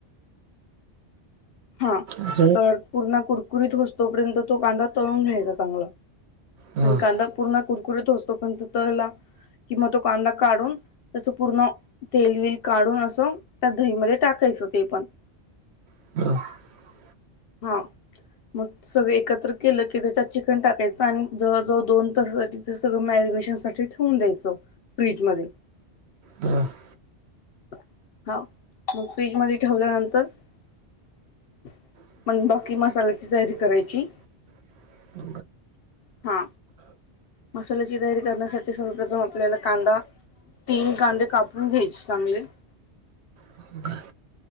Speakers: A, on the left (about 60°); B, on the right (about 75°).
A: <inaudible> हा
B: अजून
A: तर पूर्ण कुरकुरीत होतोपर्यंत तो कांदा तळून घ्यायचा चांगला <inaudible>
B: हं
A: आणि कांदा पूर्ण कुरकुरीत हो असतो पण त तला किंवा तो कांदा काढून त्यास पूर्ण तेल विल काढून असं त्या दहीमध्ये टाकायचं ते पण <inaudible>
B: ह <inaudible>
A: हा <inaudible> मग सगळं एकत्र केलं की त्याच्यात चिकन टाकायचं आणि जवळजवळ दोन तासासाठी सगळं म ठेून द्याय फ्रीझ मध्य
B: हा <inaudible>
A: <inaudible> हा मग फ्रीज म ठेवल्यानंतर <inaudible>
B: <inaudible>
A: मसाल्याची तयारी करायची <inaudible> हा मसाल्याची तयारी करण्यासाठी सर्वप्रथम आपल्याला कांदा तीन कांदे कापून घ्यायचे चांगले <inaudible>
B: <inaudible> बबर